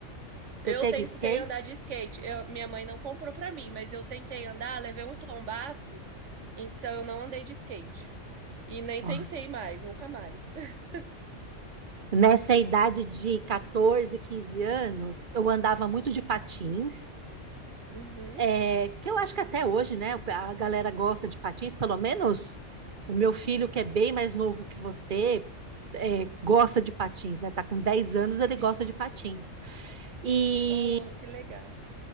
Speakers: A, on the right; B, on the right.
A: Você
B: Eu
A: teve
B: tentei
A: skate?
B: andar de skate. Eu- minha mãe não comprou pra mim, mas eu tentei andar, levei um tombaço, então eu não andei de skate. E nem
A: Ó,
B: tentei mais, nunca mais. <laughs>
A: Nessa idade de 14, 15 anos, eu andava muito de patins,
B: Uhum,
A: é, que eu acho que até hoje, né? A galera gosta de patins, pelo menos o meu filho, que é bem mais novo que você, é, gosta de patins, né? Tá com 10 anos, ele
B: sim.
A: gosta de patins. E,
B: Oh, que legal.